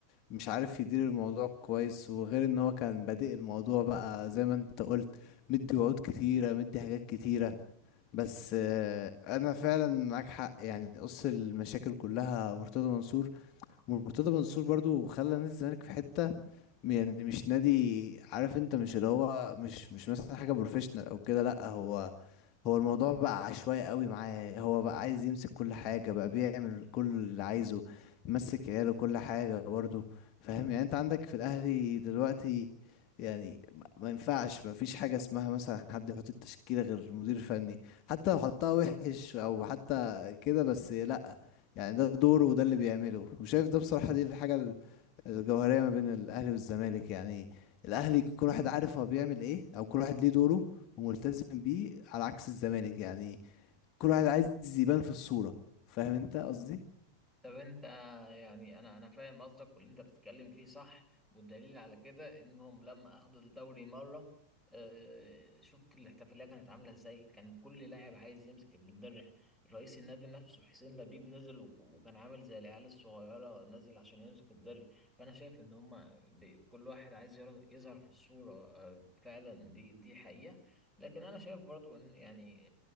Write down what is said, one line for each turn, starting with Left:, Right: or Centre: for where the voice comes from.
Left: مش عارف يدير الموضوع كويس وغير إن هو كان بادئ الموضوع بقى زي ما أنت قلت مدي وعود كتيرة مدي حاجات كتيرة بس آه، انا فعلا معاك حق يعني قص المشاكل كلها مرتضى منصور مرتضى منصور برضو خلى نادي الزمالك في حتة يعني مش نادي عارف انت مش اللي هو مش مش مثلا حاجة بروفيشنال او كده لا هو هو الموضوع بقى عشوائي قوي معاه هو بقى عايز يمسك كل حاجة بقى بيعمل كل اللي عايزه مسك عياله كل حاجة برضه فاهم يعني انت عندك في الاهلي دلوقتي يعني ما ما ينفعش ما فيش حاجة اسمها مثلا حد يحط التشكيلة غير مدير فني حتى لو حطها وحش او حتى كده بس لا يعني ده دوره وده اللي بيعمله وشايف ده بصراحة دي الحاجة ال- الجوهرية ما بين الاهلي والزمالك يعني الاهلي كل واحد عارف هو بيعمل ايه او كل واحد ليه دوره وملتزم بيه على عكس الزمالك يعني كل واحد عايز يبان في الصورة فاهم انت قصدي
Centre: طب انت يعني انا انا فاهم قصدك واللي انت بتتكلم فيه صح والدليل على كده انهم لما اخدوا الدوري مره آه، شفت الاحتفاليه كانت عامله ازاي كان كل لاعب عايز يمسك الدرع رئيس النادي نفسه حسين لبيب نزل و- وكان عامل زي العيال الصغيره نازل عشان يمسك الدرع فانا شايف ان هم كل واحد عايز يرا- يظهر في الصوره آه، فعلا دي دي حقيقه لكن انا شايف برضو ان يعني